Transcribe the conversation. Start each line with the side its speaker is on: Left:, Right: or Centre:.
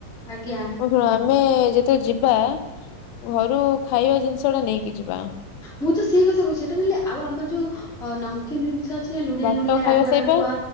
Centre: ଆଜ୍ଞା।
Left: ହଉ ଶୁଣ ଆମେ ଯେତେବେଳେ ଯିବା ଘରୁ ଖାଇବା ଜିନିଷ ଟା ନେଇକି ଯିବା।
Centre: ମୁଁ ତ ସେଇ କଥା କହୁଛି ସେଟାହଲେ ଆଉ ଆମର ଯୋଉନମ୍ବ କି ଜିନିଷ ଅଛି ନା ଲୁଣିଆ
Left: ବାଟ
Centre: ଲୁଣିଆ
Left: ଖାଇବା
Centre: ରାଗୁଆ
Left: ସେଇପା
Centre: ରାଗୁଆ